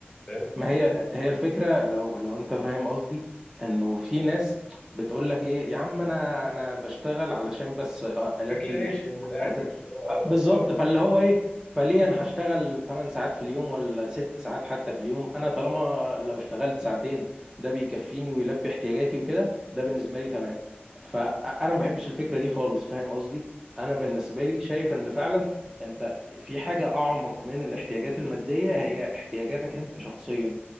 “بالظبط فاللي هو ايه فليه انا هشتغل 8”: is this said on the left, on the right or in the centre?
Right